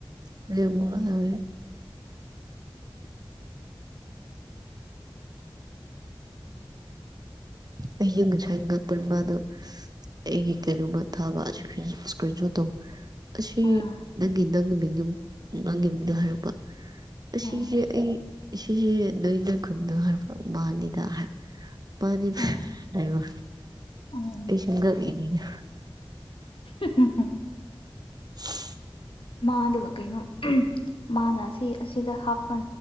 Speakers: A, on the right; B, on the left.
A: ꯍ ꯑꯩꯁꯨ ꯉꯁꯥꯏ ꯉꯥꯛꯄꯕꯥꯗꯣ ꯑꯩꯒꯤ ꯀꯔꯃ ꯊꯁꯨꯣ ꯑꯁꯤ
B: ꯎꯝ
A: ꯅꯪꯒꯤ ꯅꯪꯒꯤ ꯃꯤ ꯅꯪꯒꯤ ꯃꯤꯗꯣ ꯍꯥꯏꯔꯛꯄ ꯑꯁꯤꯁꯦ
B: ꯎꯝ
A: ꯑꯩ ꯁꯦꯁꯦ ꯅꯣꯏꯅ ꯈꯨꯟꯗ ꯍꯥ ꯃꯥ ꯂꯤꯗ ꯍꯥꯏ ꯃꯥꯅꯤ
B: ꯎꯝ
A: ꯍꯥꯏꯕ
B: ꯎꯝ
A: ꯄ ꯁꯨꯝ ꯀꯅꯤꯅ
B: <unintelligible>
A: <unintelligible>
B: ꯃꯥꯗꯣ ꯀꯩꯅꯣ ꯃꯥꯅ ꯑꯁꯤ ꯑꯁꯤꯗ ꯍꯥꯞꯄ